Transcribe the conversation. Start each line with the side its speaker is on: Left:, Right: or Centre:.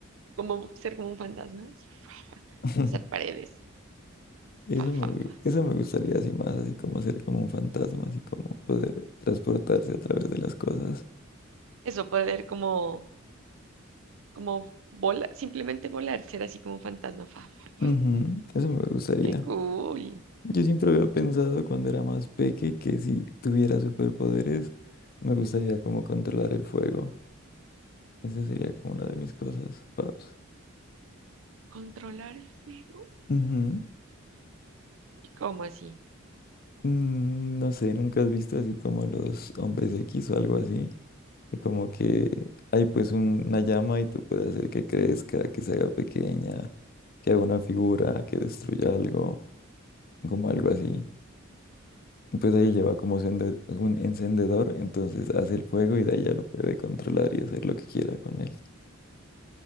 Right: como ser como un fantasma, así, fa, fa,
Left: <laughs>
Right: hacer paredes,
Left: Eso
Right: fa,
Left: me,
Right: fa,
Left: gu-
Right: fa.
Left: eso me gustaría así más, así como ser como un fantasma, así como poder transportarse a través de las cosas.
Right: Eso, poder como, como volar, simplemente volar, ser así como un fantasma, fa, fa.
Left: Ujú, eso me gustaría.
Right: Qué cool.
Left: Yo siempre había pensado cuando era más peque que si tuviera superpoderes me gustaría como controlar el fuego. Esa sería como una de mis cosas, paps.
Right: Controlar el fuego.
Left: Ujú.
Right: ¿Y cómo así?
Left: Mm, No sé, ¿nunca has visto así como los hombres X o algo así? Y como que hay pues un- una llama y tú puedes hacer que crezca, que se haga pequeña, que haga una figura, que destruya algo, como algo así. Y Pues
Right: Mm,
Left: ahí lleva como su un encendedor, entonces hace el fuego y de ahí ya lo puede controlar y hacer lo que quiera con él.